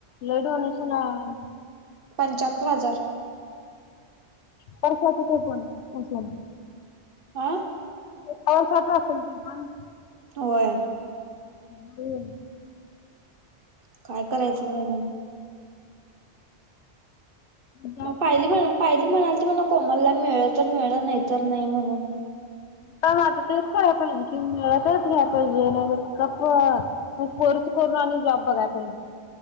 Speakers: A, on the left; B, on the right.
A: लयं डोलेशन आहे.
B: पंच्याहात्तर हजार.
A: हं वर्षाच ते पण असल.
B: हा.
A: एका वर्ष्याचं असेल ते पण.
B: होय.
A: बिल.
B: काय करायचं काम मंग?
A: जास्त
B: म पाहिली म्हणा पाहिली म्हणाली ती म्हण कोमलला मिळ तर मिळलं नाही तर नाही म्हणून.
A: पण आता तेच कराय पाहिजे कि मिळा तेच घ्यायला पाहिजे नाहीर कप्पा मगं कोर्स करूंन आणि जॉब बघाय पाहिजे.